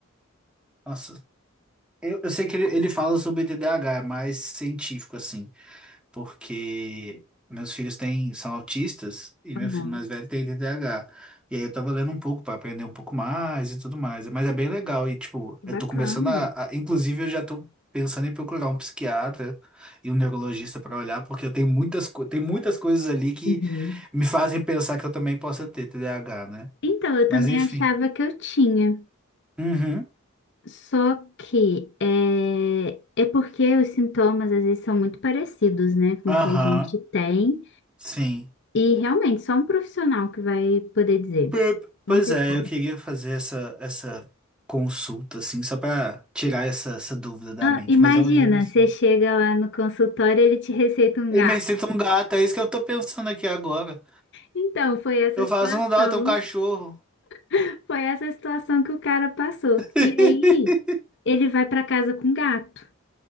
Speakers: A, in the centre; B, on the left.
A: Nossa, eu, eu sei que ele, ele fala sobre T D A H é mais científico, assim. porque meus filhos têm, são autistas e meu
B: Uhum,
A: filho mais velho tem TDAH. E aí eu tava lendo um pouco para aprender um pouco mais e tudo mais. Mas é bem legal. E, tipo,
B: Que
A: eu
B: bacana.
A: tô começando a, a- Inclusive, eu já tô pensando em procurar um psiquiatra e um neurologista para olhar, porque eu tenho muitas, co- tem muitas coisas ali que
B: Uhum.
A: me fazem pensar que eu também possa ter TDAH, né?
B: Então, eu
A: Mas
B: também
A: enfim.
B: achava que eu tinha,
A: Uhum.
B: só que é, é porque os sintomas às vezes são muito parecidos, né, com
A: Aham.
B: o que a gente tem.
A: Sim.
B: E realmente, só um profissional que vai poder dizer.
A: Pep.
B: Não
A: Pois
B: tem
A: é,
B: como.
A: eu queria fazer essa, essa consulta, assim, só pra tirar essa, essa dúvida da
B: Ah,
A: mente.
B: imagina,
A: Mas é um livro. Assim.
B: você chega lá no consultório e ele te receita um
A: E
B: gato.
A: me receita um gato, é isso que eu tô pensando aqui agora.
B: Então, foi essa
A: Eu
B: situação.
A: falo, se não dá, eu tenho um cachorro.
B: <laughs> Foi essa situação que o cara passou.
A: <laughs>
B: E aí, ele vai para casa com o gato.